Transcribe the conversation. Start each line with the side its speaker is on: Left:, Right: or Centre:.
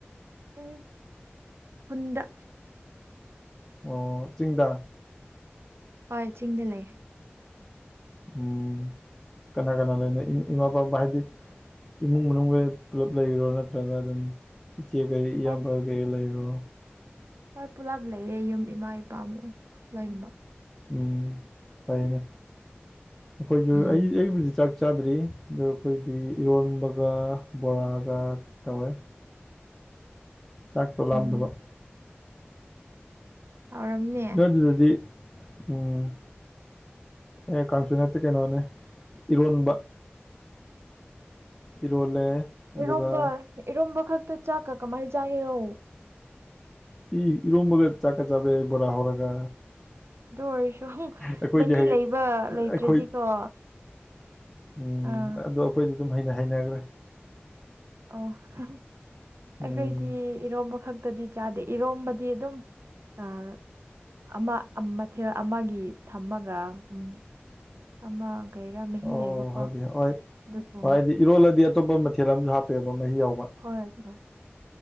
Right: ꯎꯝ ꯈꯨꯟꯗ
Centre: ꯑꯣ ꯆꯤꯡꯗ
Right: ꯍꯣꯏ ꯆꯤꯡꯗ ꯂꯩꯌꯦ
Centre: ꯎꯝ ꯀꯅꯥ ꯀꯅꯥ ꯂꯩꯅꯣ ꯏ ꯏꯃꯥ ꯄꯕꯥ ꯍꯥꯏꯗꯤ ꯏꯃꯨꯡ ꯃꯅꯨꯡꯒꯩ ꯄꯨꯜꯂꯞ ꯂꯩꯔꯤꯔꯣ ꯅꯠꯇ꯭ꯔꯒ ꯑꯗꯨꯝ ꯏꯆꯦ ꯀꯩ ꯏꯌꯥꯝꯕ
Right: ꯍꯣꯏ
Centre: ꯀꯩ ꯂꯩꯔꯤꯔꯣ
Right: ꯍꯣꯏ ꯄꯨꯂꯞ ꯂꯩꯌꯦ ꯌꯨꯝ ꯏꯃꯥ ꯏꯄꯥꯃꯨ ꯂꯣꯏꯅꯃꯛ
Centre: ꯎꯝ ꯐꯩꯌꯦꯅꯦ ꯑꯩꯈꯣꯏꯁꯨ
Right: ꯎꯝ
Centre: ꯑꯩ ꯑꯩꯕꯨꯗꯤ ꯆꯥꯛ ꯆꯥꯗ꯭ꯔꯤ ꯗꯣ ꯈꯣꯏꯗꯤ ꯏꯔꯣꯟꯕꯒ ꯕꯣꯔꯥꯒ ꯇꯧꯋꯦ ꯆꯥꯛꯇꯣ ꯂꯥꯝꯗꯕ
Right: ꯎꯝ ꯍꯥꯎꯔꯝꯅꯤ
Centre: ꯅꯣꯏ ꯑꯗꯨꯗꯗꯤ ꯎꯝ ꯑꯦ ꯀꯥꯡꯁꯨꯨ ꯅꯠꯇꯦ ꯀꯩꯅꯣꯅꯦ ꯏꯔꯣꯟꯕ ꯏꯔꯣꯜꯂꯦ ꯑꯗꯨꯒ
Right: ꯏꯔꯣꯝꯕ ꯏꯔꯣꯝꯕ ꯈꯛꯇ ꯆꯥꯛꯀ ꯀꯃꯥꯏ ꯆꯥꯒꯦꯔꯣ
Centre: ꯎꯝ ꯏꯔꯣꯝꯕꯒ ꯆꯥꯛꯀ ꯆꯥꯕ ꯌꯥꯏ ꯕꯣꯔꯥ ꯍꯧꯔꯒ
Right: ꯗꯨ ꯑꯣꯏꯔꯁꯨ
Centre: ꯑꯩꯈꯣꯏꯗꯤ
Right: ꯃꯍꯤ
Centre: ꯍꯌꯦ
Right: ꯂꯩꯕ ꯂꯩꯇ꯭ꯔꯗꯤꯀꯣ
Centre: ꯑꯩꯈꯣꯏ ꯎꯝ
Right: ꯑꯥ
Centre: ꯑꯗꯣ ꯑꯩꯈꯣꯏꯗꯤ ꯑꯗꯨꯝ ꯍꯩꯅ ꯍꯩꯅꯈ꯭ꯔꯦ
Right: ꯑꯣ ꯑꯁ
Centre: ꯎꯝ
Right: ꯑꯩꯗꯤ ꯏꯔꯣꯝꯕ ꯈꯛꯇꯗꯤ ꯆꯥꯗꯦ ꯏꯔꯣꯝꯕꯗꯤ ꯑꯗꯨꯝ ꯑꯥ ꯑꯃ ꯃꯊꯦꯜ ꯑꯃꯒꯤ ꯊꯝꯃꯒꯤ ꯎꯝ ꯑꯃ ꯀꯩꯔꯥ ꯃꯍꯤ
Centre: ꯑꯣ
Right: ꯂꯩꯕꯀꯣ
Centre: ꯑꯣ ꯍꯥꯏꯗꯤ ꯍꯣꯏ
Right: ꯑꯗꯨ ꯊꯣꯡꯉꯤ
Centre: ꯍꯣꯏ ꯍꯥꯏꯗꯤ ꯏꯔꯣꯜꯂꯗꯤ ꯑꯇꯣꯞꯄ ꯃꯊꯦꯜ ꯑꯝꯁꯨ ꯍꯥꯞꯄꯦꯕ ꯃꯍꯤ ꯌꯥꯎꯕ
Right: ꯍꯣꯏ ꯑꯗꯨ ꯍꯣꯏ